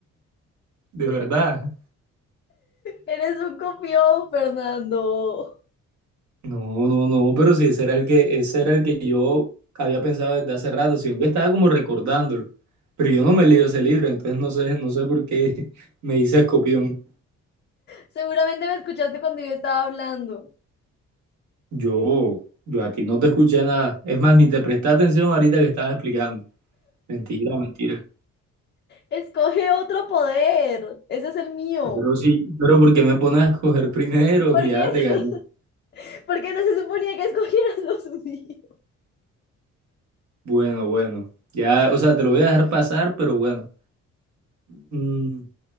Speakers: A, on the right (about 70°); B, on the left (about 35°).
A: <laughs> de verdad.
B: Eres un copión, Fernando.
A: No, no, no, pero si ese era el que, ese era el que yo había pensado desde hace rato, sino que estaba como recordándolo. Pero yo no me he leído ese libro, entonces no sé, no sé por qué <laughs> me hice escopión.
B: Seguramente me escuchaste cuando yo estaba hablando.
A: Yo, yo a ti no te escuché nada. Es más, ni te presté atención ahorita que estabas explicando. Mentira, mentira.
B: Escoge otro poder. Ese es el mío.
A: Pero sí, pero porque me pones a escoger primero?
B: ¿Por
A: <laughs> Ya
B: qué,
A: te gané.
B: <laughs> por no se suponía que escogieras <laughs> los míos?
A: Bueno, bueno. Ya, o sea, te lo voy a dejar pasar, pero bueno. Mm,